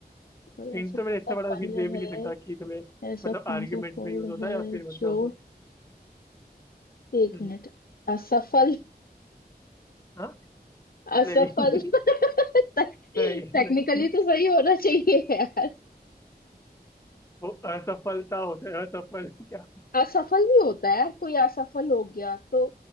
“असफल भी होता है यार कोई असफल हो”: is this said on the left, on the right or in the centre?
Left